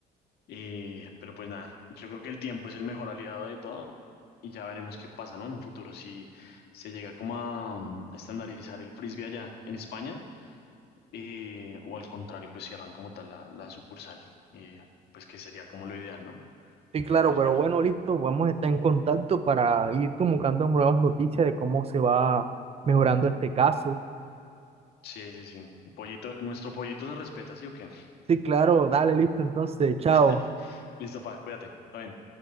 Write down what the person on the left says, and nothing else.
Eh, pero pues nada, yo creo que el tiempo es el mejor aliado de todo y ya veremos qué pasa, ¿no? En un futuro, si se llega como a, mm, estandarizar el frisbee allá en España eh, o al contrario, pues cierran como tal la, la sucursal, eh, pues que sería como lo ideal, ¿no?
Pero pues
bueno,
sí, sí, sí. Pollito, nuestro pollito se respeta, ¿sí o qué?
<laughs> Listo, pa, cuídate. Está bien.